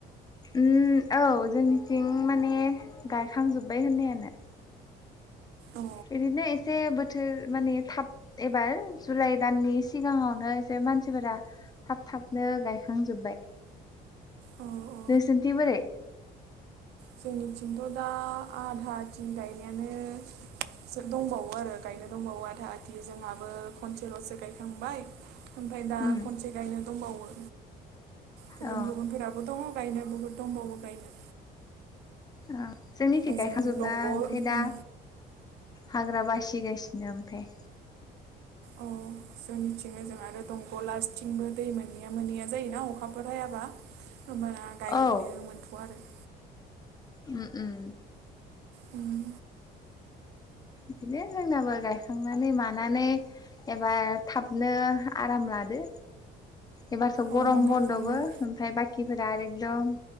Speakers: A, on the left; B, on the right.
A: उम औ जोंनिथिं माने गायखांजोब्बाय होननायानो।
B: अ
A: बिदिनो एसे बोथोर माने थाब। एबार जुलाइ दाननि सिगाङावनो एसे मानसिफोरा। थाब थाबनो गायखांजोब्बाय।
B: अ ओ
A: नोंसिन्थिं बोरै?
B: जोंनिथिंथ' दा आधा आथि गायनायानो सो दंबावो आरो गायनो दंबावो आधा आधि जोंहाबो खनसेल'सो गायखांबाय। ओमफाय दा
A: उम
B: खनसे गायनो दंबावो गुबुन
A: अ
B: गुबुनफोराबो दङ। गायनो बुहुद दंबावो गायनो।
A: अ जोंनिथि
B: ओजों
A: गायखांजोबना
B: दंग'
A: ओमफ्राय दा।
B: उम
A: हाग्रा बासिगासिनो ओमफ्राय।
B: औ जोंनिथिंनो जों आरो दंग' लास्थिंबो दै मोनैया मोनैया जायोना अखाफोर हायाबा होमबाना गायनो
A: औ
B: मोनथ' आरो
A: उम उम
B: उम
A: बिदिनो जोंनाबो गायखांनानै मानानै एबार थाबनो आराम लादो एबारस' गरम
B: अ मोजाङानो
A: बन्द'बो ओमफ्राय बा <unintelligible> खिफोरा आरो एकदम